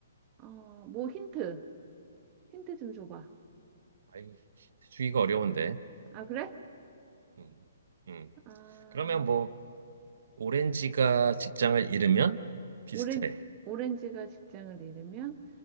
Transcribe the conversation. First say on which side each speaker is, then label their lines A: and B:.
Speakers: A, on the right; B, on the right.
A: 어, 뭐 힌트. 힌트 좀 줘봐.
B: 아이, 주기가 어려운데.
A: 아, 그래?
B: 음, 음.
A: 아,
B: 그러면 뭐 오렌지가 직장을 잃으면 비슷해.
A: 오렌, 오렌지가 직장을 잃으면